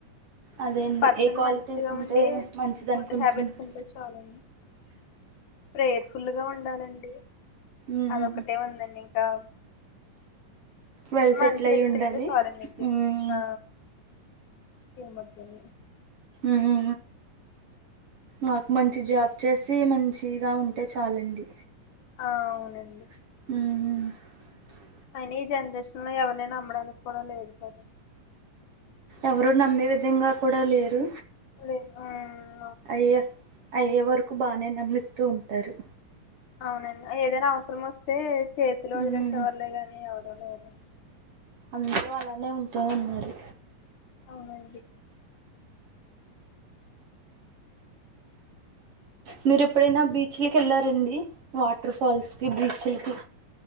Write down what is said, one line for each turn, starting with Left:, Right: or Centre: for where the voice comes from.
Right: అదేండి
Left: పర్సన్
Right: ఏ క్వాలిటీస్
Left: మంచిగా
Right: ఉంటే
Left: ఉండి
Right: మంచిది అనుకుంటున్నారు
Left: గుడ్ హ్యాబిట్స్ ఉంటే చాలు ప్రేయర్ ఫుల్ గా ఉండాలండి
Right: ఉహుహు
Left: అదొకటి ఇంకా
Right: వాళ్ళు సెట్లు
Left: మంచి
Right: అయి
Left: వ్యక్తి
Right: ఉండాలి
Left: అయితే చాలండి ఇంకేం
Right: ఉమ్
Left: ఆ ఏమొద్దండి
Right: ఉహు నాకు మంచి జాబ్ చేసి మంచి ఫ్రీగా ఉంటే చాలండి
Left: ఆ అవునండి
Right: ఉహు
Left: అయిన ఈ జనరేషన్ లో ఎవరిని నమ్మడానికి కూడా లేదు అండి,
Right: ఎవరు నమ్మే విధంగా కూడా లేరు
Left: ఉహు,
Right: అయి అయ్యే వరకు, బానే నమ్మిస్తూ ఉంటారు,
Left: అవునండి ఏదైనా అవసరం వస్తే చేతిలో వదిలేసే
Right: ఉమ్
Left: వాళ్లే కాని ఎవరు <unintelligible>
Right: అందరూ అలానే ఉంటే అన్నారు
Left: అవునండి
Right: మీరు ఎప్పుడైనా బీచ్లకి వెళ్లారండి వాటర్ ఫాల్స్ కి బీచ్లకి,